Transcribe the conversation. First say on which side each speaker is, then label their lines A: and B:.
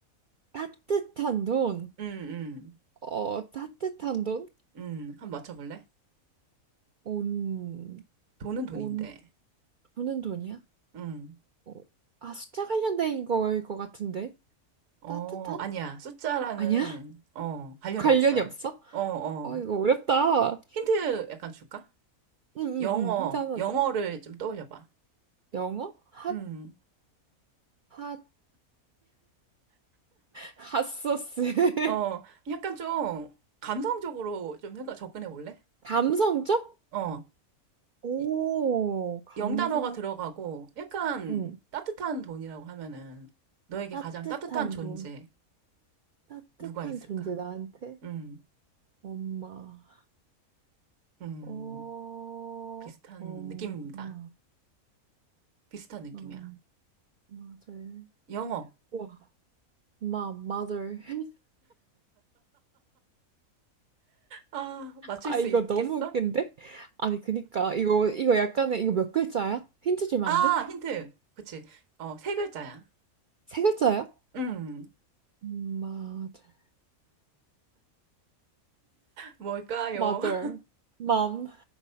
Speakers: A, on the right (about 90°); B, on the right (about 65°).
A: 따뜻한 돈.
B: 음, 음,
A: 어, 따뜻한 돈?
B: 음, 한번 맞춰볼래?
A: 온,
B: 돈은 돈인데,
A: 온, 오는 돈이야?
B: 음,
A: 어, 아, 숫자 관련된 거일 것 같은데.
B: 어,
A: 따뜻한?
B: 아니야. 숫자랑은,
A: 아니야?
B: 어, 관련이
A: 관련이
B: 없어요.
A: 없어?
B: 어, 어.
A: 아, 이거 어렵다. 응,
B: 힌트 약간 줄까?
A: 응,
B: 영어,
A: 응. 힌트 하나
B: 영어를
A: 줘.
B: 좀 떠올려봐.
A: 영어? 핫,
B: 음.
A: 핫, 핫소스. <laughs>
B: 어, 약간 좀 감성적으로 좀 생각 접근해 볼래?
A: 감성적?
B: 어,
A: 오,
B: 이-
A: 감성.
B: 영단어가 들어가고 약간
A: 응.
B: 따뜻한 돈이라고 하면은 너에게
A: 따뜻한
B: 가장 따뜻한 존재
A: 돈. 따뜻한
B: 누가 있을까?
A: 존재 나한테?
B: 음,
A: 엄마.
B: 음,
A: 어,
B: 비슷한
A: 엄마.
B: 느낌입니다. 비슷한 느낌이야.
A: 엄마, 절.
B: 영어.
A: 우와, 마, mother. <laughs>
B: 아, 맞출
A: 아,
B: 수
A: 이거
B: 있겠어?
A: 너무 웃긴데? 아니, 그니까. 이거, 이거 약간의, 이거 몇 글자야? 힌트 주면
B: 아,
A: 안 돼?
B: 힌트. 그치. 어, 세 글자야.
A: 세 글자야?
B: 음,
A: 엄마, 절.
B: 뭘까요?
A: mother,
B: <laughs>
A: mom,